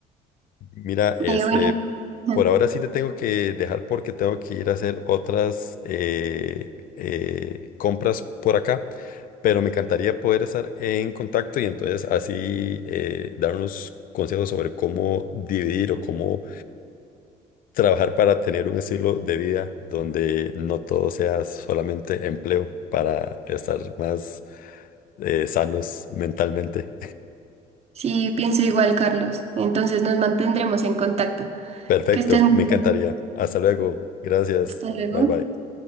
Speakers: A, on the left; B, on the right.
A: mira, este,
B: Y bueno, <laughs>
A: por ahora sí te tengo que dejar porque tengo que ir a hacer otras eh, eh, compras por acá, pero me encantaría poder estar en contacto y entonces así eh, dar unos consejos sobre cómo dividir o cómo trabajar para tener un estilo de vida donde no todo sea solamente empleo para estar más eh, sanos mentalmente.
B: sí, pienso igual, Carlos. Entonces nos mantendremos en contacto.
A: Perfecto,
B: Que estés
A: me
B: muy
A: encantaría.
B: bien.
A: Hasta luego. Gracias.
B: Hasta luego.
A: Bye bye.